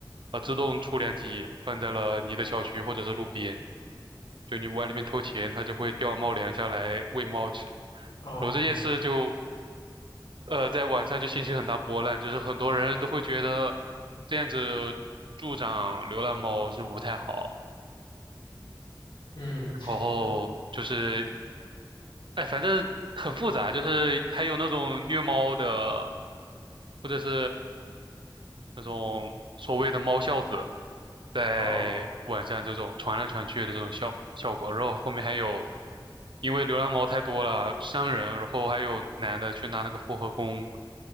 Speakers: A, on the right (about 70°); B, on the left (about 65°).
A: 呃自动出粮机放在了你的小区或者是路边，就你往里面投钱，它就会掉猫粮下来喂猫吃。
B: 哦，
A: 然后这件事就呃，在晚上就掀起很大波澜，就是很多人都会觉得这样子助长流浪猫是不太好，
B: 嗯，
A: 然后就是
B: 嗯，
A: 哎，反正很复杂，就是还有那种虐猫的，或者是那种所谓的猫孝子，在晚上这种传来传去的这种效效果，
B: 哦，
A: 然后后面还有因为流浪猫太多了伤人，然后还有男的去拿那个复合弓，